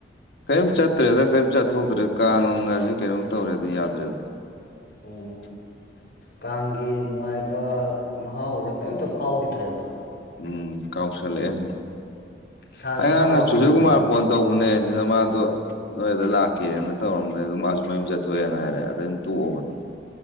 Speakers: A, on the left; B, on the left.
A: ꯀꯔꯤꯝ ꯆꯠꯇ꯭ꯔꯦꯗ ꯀꯔꯤꯝ ꯆꯠꯊꯣꯛꯇ꯭ꯔꯦ ꯀꯥꯡꯅꯨꯡ ꯀꯥꯁꯦ ꯀꯩꯅꯣꯝ ꯇꯧꯔꯦꯗ ꯌꯥꯗ꯭ꯔꯦꯗ꯫ <unintelligible>
B: ꯎꯝ ꯀꯥꯡꯒꯤ ꯅꯨꯡꯉꯥꯏꯕ ꯃꯍꯥꯎꯀꯁꯦ ꯀꯔꯤꯝꯇ ꯐꯥꯎꯒꯤꯗ꯭ꯔꯦꯕ꯫
A: ꯎꯝ ꯀꯥꯎꯁꯜꯂꯛꯑꯦ ꯁꯨꯝ
B: ꯏꯁꯥꯁꯦ
A: ꯑꯩꯉꯥꯔꯥꯡꯅ
B: ꯄꯨꯔꯥ ꯋꯥꯈꯜꯂꯣꯟ
A: ꯁꯨꯆꯤꯜꯀꯨꯃꯥꯔ
B: ꯑꯃꯗ
A: ꯐꯣꯟ ꯇꯧꯕꯅꯦ ꯁꯤꯗ ꯃꯥꯗꯣ ꯅꯣꯏꯗ ꯂꯥꯛꯀꯦꯅ ꯇꯧꯔꯝꯕꯅꯦ ꯑ ꯑꯗꯨꯝ ꯃꯥꯁꯨ ꯃꯌꯨꯝ ꯆꯠꯊꯣꯛꯑꯦꯅ ꯍꯥꯏꯔꯦ ꯑꯗ ꯑꯩꯅ ꯇꯣꯛꯑꯕ ꯑꯗꯨꯝ꯫